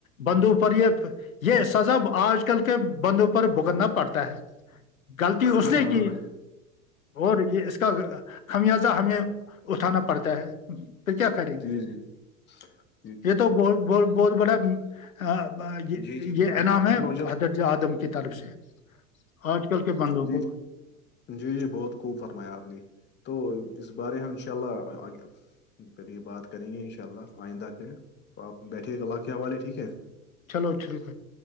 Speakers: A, on the left; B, on the left.
A: بندو پر یہ یہ سزب آج کل کے بندوں پر بھگتنا پڑتا ہے غلطی
B: اچھا
A: اس نے
B: ہاں
A: کی اور یہ اس کا خمیازہ ہمیں اٹھانا پڑتا ہے کیا کریں
B: جی
A: گے
B: جی <unintelligible>
A: یہ تو ب ب بہت بڑا ہاں یہ
B: جی جی
A: یہ
B: بالکل
A: انعام
B: بالکل
A: ہے
B: اب میں مجھے
A: حدرج ادم کی طرف سے آج کل کے بندوں
B: جی
A: کو
B: جی جی بہت خوب فرمایا آپ نے تو اس بارے ہم ان شاء اللہ آ گیا کبھی بات کریں گے ان شاء اللہ آئندہ کے تو آپ بیٹھیے اللہ کے حوالے ٹھیک ہے
A: چلو اچ شرییک